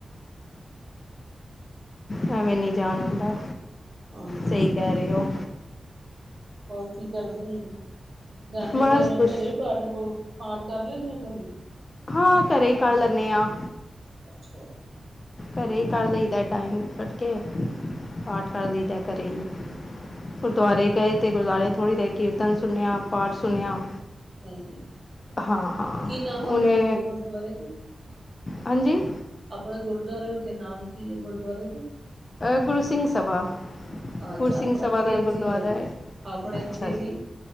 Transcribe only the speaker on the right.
ਹਾਂਜੀ
ਹੋਰ ਕੀ ਕਰਦੇ ਹੁੰਦੇ? ਜਾਨੇ ਓ
ਫੇਰ
ਘਰੇ ਪਾਠ ਪੂਠ ਪਾਠ ਕਰ ਲੈਂਦੇ ਹੋ ਘਰੇ
ਅੱਛਾ।
ਤੇ
ਹਾਂਜੀ
ਕੀ ਨਾਮ
ਆਪਣੇ <unintelligible>
ਆਪਣਾ ਗੁਰਦੁਆਰੇ ਉਥੇ ਨਾਮ ਕੀ ਹੈ ਗੁਰਦੁਆਰੇ ਦੇ?
ਅੱਛਾ
ਆਪਣਾ
ਵੀ
ਇੱਥੇ
ਹੀ ਹੈ
ਆਪਣੇ
ਇੱਥੇ
ਵੀ